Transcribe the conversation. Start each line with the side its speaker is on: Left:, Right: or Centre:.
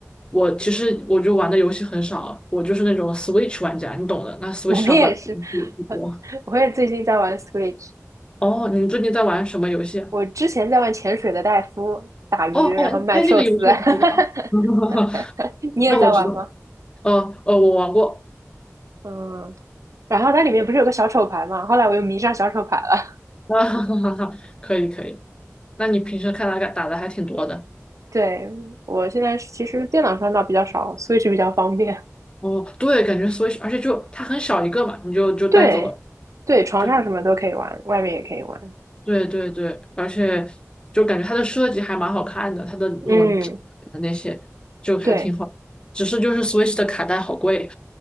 Left: 我其实我就玩的游戏很少，我就是那种 Switch 玩家，你懂的。
Right: <laughs>
Left: 那 Switch
Right: 我也是，
Left: 上本来不不多。
Right: <laughs> 我我也最近在玩 Switch。
Left: 哦，你最近在玩什么游戏啊
Right: 我之前在玩潜水的戴夫打鱼，
Left: 哦哦，
Right: 然后卖寿司。
Left: 那那个游戏我知道。
Right: <laughs>
Left: <laughs>
Right: 你也在玩吗？
Left: 那我知道，哦哦，我玩过
Right: 嗯，然后它里面不是有个小丑牌吗？后来我又迷上小丑牌了。
Left: 啊，<laughs> 哈哈哈哈，可以可以。那你平时看他打的还挺多的
Right: <laughs> 对，我现在是其实电脑上倒比较少，Switch 比较方便。
Left: 哦，对，感觉 Switch，而且就它很小一个嘛，你就就带走了，
Right: 对，对，床上什么都可以玩，
Left: 就
Right: 外面也可以玩。
Left: 对对对，而且就感觉它的设计还蛮好看的，它的那种质感的那些就还挺好，
Right: 嗯，对
Left: 只是就是 Switch 的卡带好贵